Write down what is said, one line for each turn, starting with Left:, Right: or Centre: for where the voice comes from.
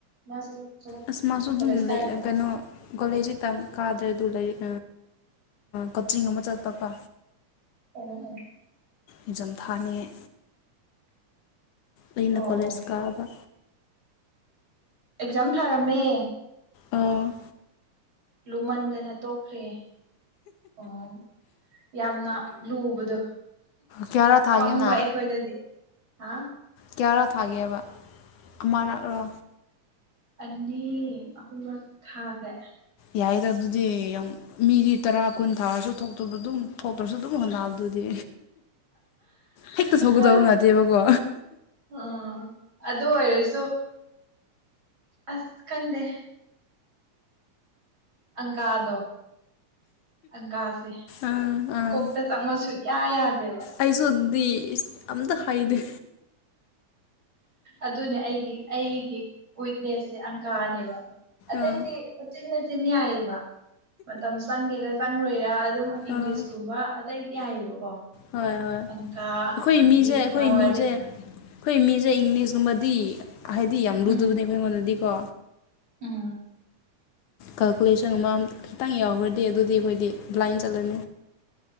Right: ꯃꯥꯁꯨ ꯊꯕꯛ
Left: ꯑꯁꯃꯁꯨ ꯑꯗꯨꯝ
Right: ꯀꯣꯂꯦꯖ ꯀꯥꯏꯔꯣ
Left: ꯂꯩꯗ
Right: ꯑꯣ
Left: ꯀꯩꯅꯣ ꯀꯣꯂꯦꯖ ꯍꯇ ꯀꯥꯗ꯭ꯔꯦ ꯑꯗꯨ ꯂꯥꯏꯔꯤꯛ ꯀꯣꯆꯤꯡ ꯑꯃ ꯆꯠꯄꯀꯣ
Right: ꯎ
Left: ꯑꯦꯖꯝ ꯊꯥꯅꯤꯉꯦ ꯑꯩꯅ
Right: ꯑꯣ
Left: ꯀꯣꯂꯦꯖ
Right: ꯑꯣ
Left: ꯀꯥꯕ
Right: ꯑꯦꯛꯖꯥꯝ ꯊꯥꯔꯝꯃꯦ
Left: ꯑꯣ
Right: ꯂꯨꯃꯟꯗꯅ ꯇꯣꯛꯈ꯭ꯔꯦ ꯑꯣ ꯌꯥꯝꯅ ꯂꯨꯕꯗꯣ
Left: ꯀꯌꯥꯔꯥ ꯊꯥꯒꯦꯅ
Right: ꯄꯪꯕ ꯑꯩꯈꯣꯏꯗꯗꯤ ꯍꯥꯥ
Left: ꯀꯌꯥꯔꯥ ꯊꯥꯒꯦꯕ ꯑꯃꯔꯥꯛꯔꯣ
Right: ꯑꯅꯤ ꯑꯍꯨꯝꯃꯛ ꯊꯥꯈ꯭ꯔꯦ
Left: ꯌꯥꯏꯔ ꯑꯗꯨꯗꯤ ꯌꯥꯝ ꯃꯤꯗꯤ ꯇꯔꯥ ꯀꯨꯟ ꯊꯥꯔꯁꯨ ꯊꯣꯛꯇꯕ ꯑꯗꯨꯝ ꯐꯣꯇꯣꯁꯨ ꯑꯗꯨꯝ ꯍꯣꯅ ꯑꯗꯨꯗꯤ ꯍꯦꯛꯇ ꯁꯧꯒꯗꯧ
Right: ꯑ
Left: ꯅꯠꯇꯦꯕꯀꯣ
Right: ꯑꯥ ꯑꯗꯨ ꯑꯣꯏꯔꯁꯨ ꯑꯁ ꯈꯪꯗꯦ ꯑꯪꯀꯥꯗꯣ ꯑꯪꯀꯁꯦ
Left: ꯑꯥ ꯑꯥ
Right: ꯀꯣꯛꯇ ꯆꯪꯉꯣ ꯁ ꯌꯥ ꯌꯥꯗ꯭ꯔꯦ
Left: ꯑꯩꯁꯨ ꯑꯗꯨꯗꯤ ꯑꯝꯇ ꯍꯩꯗꯦ
Right: ꯑꯗꯨꯅꯦ ꯑꯩꯒꯤ ꯑꯩꯒꯤ ꯋꯤꯛꯅꯦꯁꯁꯦ ꯑꯪꯀꯥꯅꯦꯕ ꯑꯇꯩꯗꯤꯆꯤꯤꯟ
Left: ꯑꯥ
Right: ꯃꯆꯤꯟ ꯌꯥꯏꯑꯕ ꯃꯇꯝ ꯆꯪꯒꯦꯔ ꯆꯪꯔꯣꯏꯔ ꯑꯗꯨꯝ ꯏꯪꯂꯤꯁꯀꯨꯝꯕ
Left: ꯑꯥ
Right: ꯑꯇꯩꯗꯤ ꯌꯥꯏꯌꯦꯕꯀꯣ
Left: ꯍꯣꯏ ꯍꯣꯏ
Right: ꯄꯪꯀ
Left: ꯑꯩꯈꯣꯏ ꯃꯤꯁꯦ
Right: ꯍ
Left: ꯑꯩꯈꯣꯏ
Right: ꯌꯥꯎꯗꯦ
Left: ꯃꯤꯁꯦ ꯑꯩꯈꯣꯏ ꯃꯤꯁꯦ ꯏꯪꯂꯤꯁꯀꯨꯝꯕꯗꯤ ꯍꯥꯏꯗꯤ ꯌꯥꯝ ꯂꯨꯗꯕꯅꯦ
Right: ꯎꯝ
Left: ꯑꯩꯈꯣꯏ ꯑꯩꯉꯣꯟꯗꯗꯤꯀꯣ
Right: ꯎꯝ
Left: ꯀꯥꯜꯀꯨꯂꯦꯁꯟ ꯑꯃ ꯈꯤꯇꯪ ꯌꯥꯎꯈ꯭ꯔꯗꯤ ꯑꯗꯨꯗꯤ ꯑꯩꯈꯣꯏꯗꯤ ꯕ꯭ꯂꯥꯏꯟ ꯆꯠꯂꯅꯤ